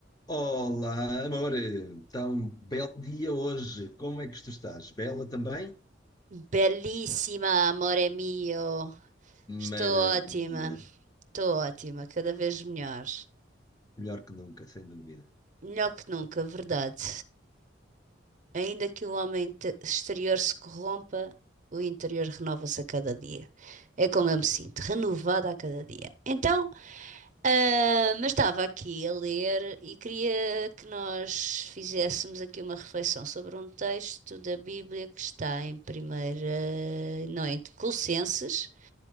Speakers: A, on the left; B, on the right.
A: Olá, amor! Então, belo dia hoje. Como é que tu estás? Bela também?
B: Belíssima, amore mio. Estou
A: Maravilha!
B: ótima, estou ótima, cada vez melhor.
A: Melhor que nunca, sem dúvida.
B: Melhor que nunca, verdade. Ainda que o homem te- exterior se corrompa, o interior renova-se a cada dia. É como eu me sinto, renovada a cada dia. Então, ah, mas estava aqui a ler e queria que nós fizéssemos aqui uma reflexão sobre um texto da Bíblia que está em primeira, não, em Colossenses,